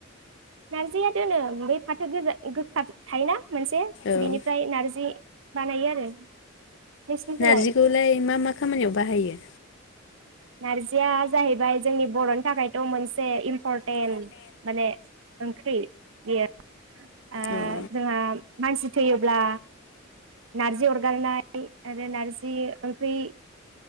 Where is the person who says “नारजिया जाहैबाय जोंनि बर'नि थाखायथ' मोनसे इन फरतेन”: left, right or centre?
Right